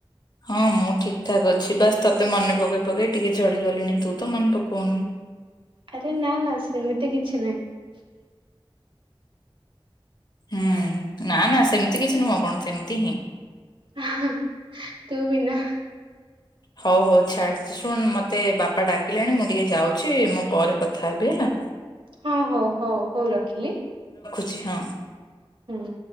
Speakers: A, on the left (about 50°); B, on the right (about 65°).
A: ହଁ ମୁଁ ଠିକ୍ ଠାକ୍ ଅଛି। ବାସ୍ ତୋତେ ମନେ ପକେଇ ପକେଇ ଟିକେ ଝଡିଗଲିଣି ତୁ ତ ମନେ ପକଉନୁ।
B: ଆରେ ନା ନା ସେମିତି କିଛି ନାହିଁ।
A: ହୁଁ ନା ନା ସେମିତି କିଛି ନୁହଁ କଣ ସେମିତି ହିଁ।
B: ହା ହା ତୁ ବିନା
A: ହଉ ହଉ ଛାଡ୍ ଶୁଣ ମତେ ବାପା ଡାକିଲେଣି ମୁଁ ଟିକେ ଯାଉଛି ମୁଁ ପରେ କଥା ହେବି ହେଲା।
B: ହଁ ହଉ ହଉ ହଉ ରଖିଲି।
A: ଛି ହଁ।
B: ହୁଁ।